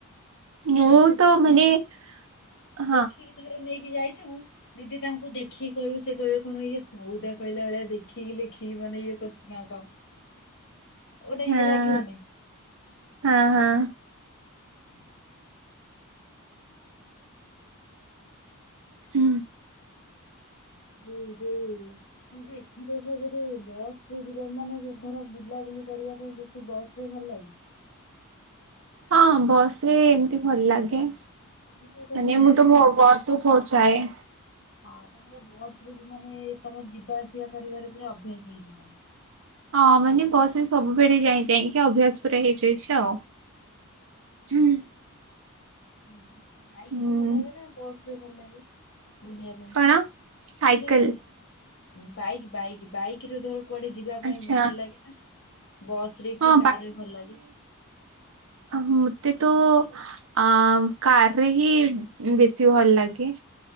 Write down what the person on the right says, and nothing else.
ମୁଁ
ତ ମାନେ
ହଁ
ହଁ,
ହଁ, ହଁ।
ତ
ହଁ, ବସ୍ ରେ ଏମିତି ଭଲ ଲାଗେ।
ମାନେ ମୁଁ ତ
ଭ-ବସ୍ ରେ ବହୁତ ଯାଏ।
ହଁ, ମାନେ ବସ୍ ରେ ସବୁବେଳେ ଯାଇ ଯାଇକା ଅଭ୍ୟାସ ପୁରା ହେଇଯାଇଛି ଆଉ। ହୁଁ।
ହୁଁ
କଣ ସାଇକେଲ
ଆଚ୍ଛା
ହଁ
ମୋତେ ତ ଅ କାରରେ ହିଁ ବେଶୀ ଭଲ ଲାଗେ।